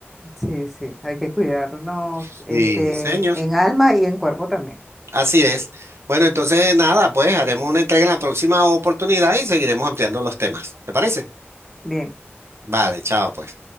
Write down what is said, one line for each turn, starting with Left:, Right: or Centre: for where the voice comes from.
Centre: sí, sí, hay que cuidarnos,
Right: Sí,
Centre: este,
Right: señor.
Centre: en alma y en cuerpo también.
Right: Así es. Bueno, entonces nada, pues haremos una entrega en la próxima oportunidad y seguiremos ampliando los temas. ¿Te parece?
Centre: Bien.
Right: Vale, chao, pues.